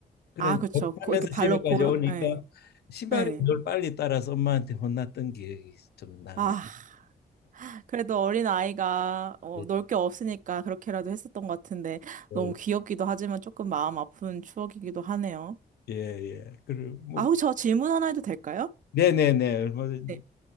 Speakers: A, on the left; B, on the right.
A: 그런
B: 아, 그쵸.
A: 돌 타면서
B: 고, 이렇게 발로
A: 집에까지
B: 고르,
A: 오니까
B: 예.
A: 신발이
B: 예.
A: 늘 빨리 따라서 엄마한테 혼났던 기억이 좀 나네.
B: 아. 그래도 어린 아이가 어,
A: 예,
B: 놀 게 없으니까 그렇게라도 했었던 것 같은데
A: 예.
B: 너무 귀엽기도 하지만 조금 마음 아픈 추억이기도 하네요.
A: 예. 예, 예. 그리고 뭐
B: 아, 혹시 저 질문 하나 해도 될까요?
A: 네네네 얼마든지
B: 네.